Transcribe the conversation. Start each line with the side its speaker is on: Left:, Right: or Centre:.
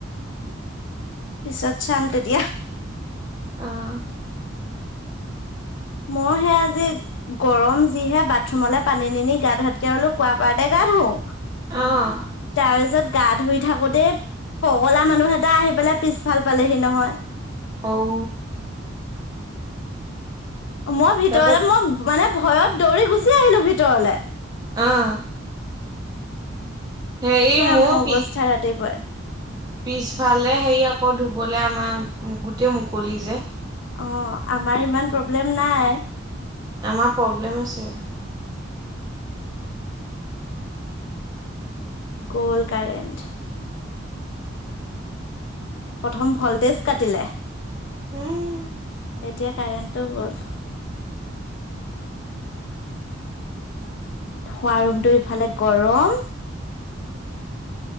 Left: পিছত চাম তেতিয়া।
Right: অঁহ।
Left: মই সে আজি- গৰম যিহে বাথৰুমলে পানী নি গা ধূৱাতকে বোলো কুৱা পাৰতে গা ধুও।
Right: অ',
Left: তাৰপিছত- গা ধুই থাকোতেই পগলা মানুহ এটা আহি পেলাই পিছফালে পালেহি নহয়।
Right: অঔ।
Left: মই ভিতৰলে,
Right: তাৰপিছত
Left: মই মানে ভয়ত দৌৰি গুচি আহিলো ভিতৰলে।
Right: অঁহ। হেৰি
Left: সেয়া মোৰ
Right: পিছ
Left: অৱস্থা ৰাতিপুৱাই।
Right: পিছফালে সেই আকৌ ধুবলে আমাৰ গোটেই মুকলি যে।
Left: অ আমাৰ ইমান প্ৰব্লেম নাই
Right: আমাৰ প্ৰব্লেম আছে
Left: গল কাৰেণ্ট প্ৰথম ভল্টেজ কাটিলে
Right: উম
Left: এতিয়া কাৰেণ্টটো গ'ল শুৱা ৰুমটো ইফালে গৰম